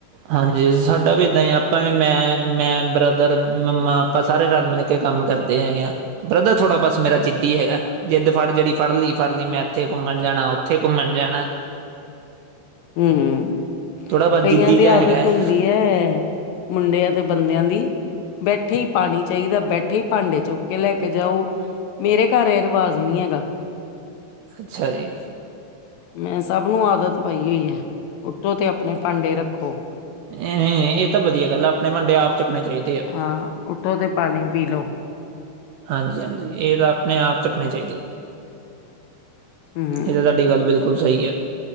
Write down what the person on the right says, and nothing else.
ਹਾਂਜੀ, ਸਾਡਾ ਵੀ ਏਦਾਂ ਹੀ ਆਪਾਂ ਵੀ ਮੈਂ-ਮੈਂ ਬ੍ਰਦਰ ਮੰਮਾ ਐਪਾਂ ਸਾਰੇ ਰੱਲ ਮਿਲ ਕੇ ਕੰਮ ਕਰਦੇ ਹੈਗੇ ਆਂ, ਬ੍ਰਦਰ ਥੋੜ੍ਹਾ ਬਸ ਮੇਰਾ ਜਿੱਦੀ ਹੈਗਾ। ਜਿੱਦ ਫੜ ਜਿਹੜੀ ਫੜ ਲਈ ਫੜ ਲਈ ਮੈਂ ਇੱਥੇ ਘੁੰਮਣ ਜਾਣਾ ਉੱਥੇ ਘੁੰਮਣ ਜਾਣਾ।
ਥੋੜਾ ਬਸ
ਜਿੱਦੀ
ਜਿਹਾ
ਹੈਗਾ ਹੈ।
ਅੱਛਾ ਜੀ।
ਏਂ ਏ ਏ, ਇਹ ਤਾਂ ਵਧੀਆ ਗੱਲ ਐ ਆਪਣੇ ਭਾਂਡੇ ਆਪ ਚਕਣੇ ਚਾਹੀਦੇ ਐ।
ਹਾਂਜੀ-ਹਾਂਜੀ, ਇਹ ਤਾਂ ਆਪਣੇ ਆਪ ਚੱਕਣੇ ਚਾਹੀਦੇ।
ਇਹ ਤਾਂ ਤਾਡੀ ਗੱਲ ਬਿਲਕੁਲ ਸਹੀ ਐ।